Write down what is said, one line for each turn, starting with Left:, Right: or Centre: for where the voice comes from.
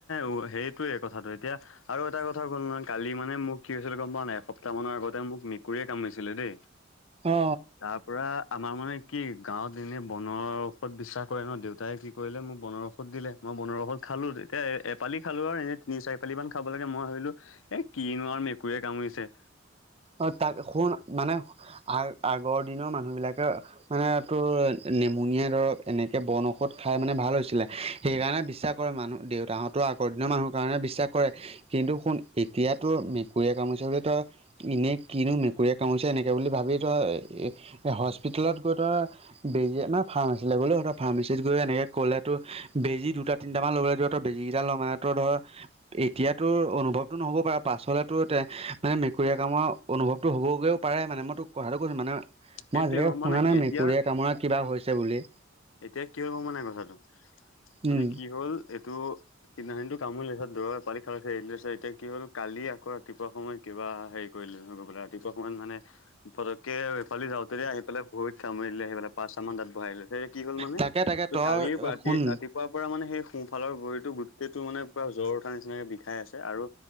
Left: উ সেইটোয়ে কথাটো এতিয়া। আৰু এটা কথা হ'ল নহয় কালি মানে মোক কি হৈছিলে গম পোৱা নাই এসপ্তাহ মানৰ আগতে মোক মেকুৰীয়ে কামৰিছিলে দেই।
Right: অ।
Left: তাৰ পৰা আমাৰ মানে কি গাঁৱত এনে বনৰ ঔষধ বিশ্বাস কৰে ন দেউতাই কি কৰিলে মোক বনৰ ঔষধ দিলে, মই বনৰ ঔষধ খালো তেতিয়া এপালি খালো আৰু এনেই তিনি চাৰি পালি মান খাব লাগে মই ভাবিলো এ কিনো আও মেকুৰীয়ে কামোৰিছে।
Right: অ তাক শুন মানে আ আগৰ দিনৰ মানুহবিলাকে মানে তোৰ নেমুনিয়া দৰৱ এনেকে বন ঔষধ খাই মানে ভাল হৈছিলে সেইকাৰণে বিশ্বাস কৰে মানুহ দেউতাহঁতৰ আগৰ দিনৰ মানুহৰ কাৰণে বিশ্বাস কৰে। কিন্তু শুন এতিয়া তোৰ মেকুৰীয়ে কামোৰিছে বুলি ত- এনেই কিনো মেকুৰীয়ে কামুৰিচে এনেকে বুলি ভাবি তই হস্পিতেলত গৈ তই বেজী মা ফাৰ্ম আছিলে গ'লো স- ফাৰ্মাচীত গৈ এনেকে ক'লেতো বেজি দুটা তিনিটামান ল'বলে দিব ত বেজী কেইটা ল মানে ত ধৰ এতিয়াতো অনুভৱতো নহ'ব পাৰে পাছলে তোৰ তে মানে মে- কুৰীয়ে কামুৰা অনুভৱটো হবগৈও পাৰে মানে মই তোক কথাটো কৈছো মানে মই
Left: সেইটোৱে
Right: আজিলৈকে
Left: গম পোৱা
Right: শুনা নাই
Left: এতিয়া
Right: মেকুুৰীয়ে কামোৰা কিবা হৈছে বুলি।
Left: এতিয়া কি হব মানে কথাটো মানে
Right: উম
Left: কি হ'ল এইটো সিদিনা কিন্তু কামুৰিলে ধৰ দূৰৰ পালি খালে তাৰপিছত এতিয়া কি হ'ল কালি আকৌ ৰাতিপুৱা সময় কিবা হেৰি কৰিলো ন গৈ পেলাই ৰাতিপুৱা অকমান মানে পতককে কালি যাওঁতে হে আহি পেলাই ভৰিত কামুৰি দিলে আহি পেলাই, পাঁচটা মান দাত বহাই দিলে তেতিয়া কি হল মানে
Right: তাকে তাকে
Left: ত
Right: তই
Left: কালিৰ পৰা ৰাতি
Right: শুন
Left: ৰাতিপুৱাৰ পৰা মানে সেই সোঁফালৰ ভৰিতো গোটেইটো মানে পুৰা জ্বৰ উঠাৰ নিচিনাকে বি বিষাই আছে আৰু